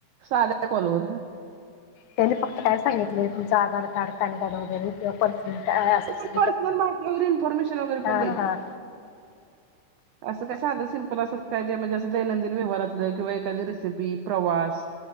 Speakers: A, on the right; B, on the left.
A: साध्या कोॉलोर
B: त्यांनी फक्त काय सांगितले तुमचं आधार कार्ड पॅन कार्ड वगैरेि ण अस
A: पण पर्सनल माहिती वगैरे इन्फॉर्मेशन वगैरे
B: हा
A: पण द्यायची
B: हा
A: असं काय साधं सिम्पल असत काय जे म्हणजे असं दैनंदि व्यहारातलं किंवा एखादी रेसिपी प्रवास